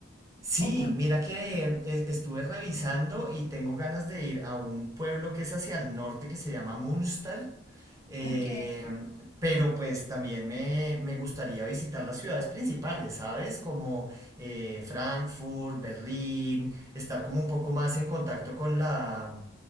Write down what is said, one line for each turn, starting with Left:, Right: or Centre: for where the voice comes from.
Right: Sí,
Left: ¿O con,
Right: mira que eh, estuve revisando y tengo ganas de ir a un pueblo que es hacia el norte que se llama Munster, eh,
Left: ok,
Right: pero pues también me, me gustaría visitar las ciudades principales, ¿sabes? Como eh, Frankfurt, Berlín, estar como un poco más en contacto con la,